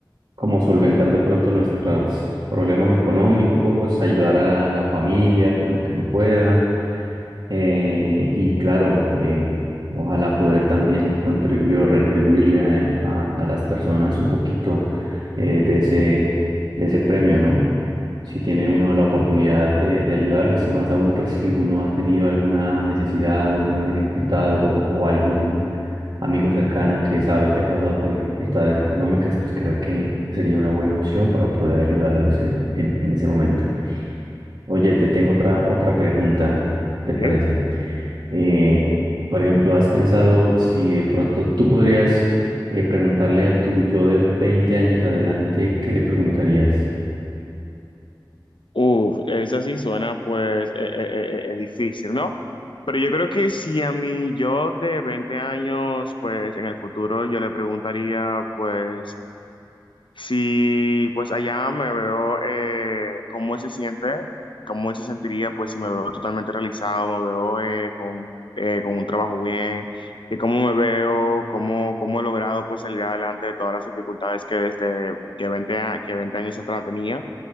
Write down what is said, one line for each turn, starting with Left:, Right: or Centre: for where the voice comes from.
Right: como solventar de pronto nuestros problemas económicos, ayudar a la familia con lo que se pueda. eh, y claro, eh, ojalá poder también contribuir o retribuirle a, a- a las personas un poquito eh, de ese, de ese premio, ¿no? si tiene
Left: Sí,
Right: uno la
Left: claro.
Right: oportunidad de, de ayudarlos y más aún pues si uno ha tenido alguna necesidad o alguna dificultad o, o algún amigo cercano que sabe que ha pasado por dificultades económicas, pues creo que sería una buena opción para poder ayudarlos en, en, en ese momento. Oye, te tengo otra, otra pregunta, ¿qué te
Left: Sí.
Right: parece? Eh, por ejemplo, ¿has pensado si de pronto tú podrías eh, preguntarle a tu yo de 20 años adelante, ¿qué le preguntarías?
Left: Uf, esa sí suena pues eh, eh, eh, eh, eh, difícil, ¿no? Pero yo creo que si a mí yo de 20 años, pues en el futuro yo le preguntaría pues si pues allá me veo, eh, cómo él se siente, cómo él se sentiría pues si me veo totalmente realizado, me veo eh, con, eh, con un trabajo bien, y cómo me veo, cómo, cómo he logrado pues salir adelante de todas las dificultades que desde que veinte a- que 20 años atrás tenía